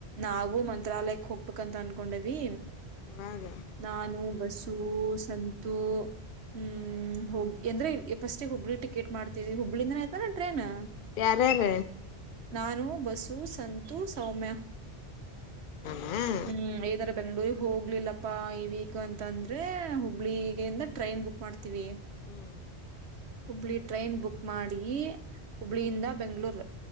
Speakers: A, on the right (about 80°); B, on the left (about 60°).
A: ನಾವು ಮಂತ್ರಾಲಯಕ್ ಹೋಗ್ಬೇಕಂತ ಅನ್ಕೊಂಡಿವಿ.
B: ಇವಾಗ
A: ನಾನು ಬಸು ಸಂತೂ ಹ್ಮ್ ಹೋಗ ಎಂದ್ರೆ ಫಸ್ಟ್ ಹುಬ್ಳಿ ಟಿಕೆಟ್ ಮಾಡ್ತೀವಿ ಹುಬ್ಳಿ ಇಂದಾನೆ ತಾನೆ ಟ್ರೈನು.
B: ಯಾರ್ಯಾರ
A: ನಾನು ಬಸು ಸಂತು ಸೌಮ್ಯ
B: ಹ್ಮ್
A: ಹ್ಮ ಐದ್ ಬೆಂಗಳೂರಿಗೆ ಹೋಗ್ಲಿಲ್ಲಪ್ಪಾ ಈ ವೀಕ್ ಅಂತ ಅಂದ್ರೆ ಹುಬ್ಬಳ್ಳಿಗಿಂದ ಟ್ರೈನ್ ಬುಕ್ ಮಾಡ್ತೀವಿ.
B: ಹ್ಮ್
A: ಹುಬ್ಳಿ ಟ್ರೈನ್ ಬುಕ್ ಮಾಡಿ ಹುಬ್ಳಿಯಿಂದ ಬೆಂಗಳೂರ್